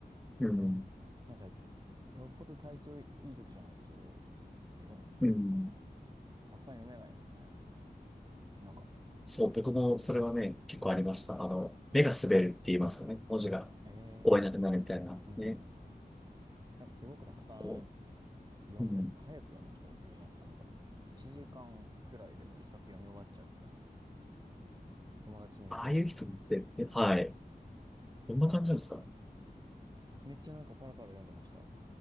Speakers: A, in the centre; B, on the right.
A: うん。
B: うん。なんか、よっぽど体調いい時じゃないと、読む、
A: うん。
B: あの、たくさん読めないんですよね。なんか、
A: そう、僕もそれはね、結構ありました。
B: うん。
A: あの、目が滑るって言いますよね。文字が
B: え
A: 追えなくなるみたいな。
B: ーうんうんうんうん。
A: ね。
B: なんかすごくたくさん
A: こ
B: 読んだりとか、
A: う。うん。
B: 早く読む人いるじゃないですか。なんか、1時間くらいでもう1冊読み終わっちゃうみたいな。友達にいて、
A: ああいう人って、はい。
B: ね。
A: どんな感じなんですか
B: めっちゃなんかパラパラ読んでました。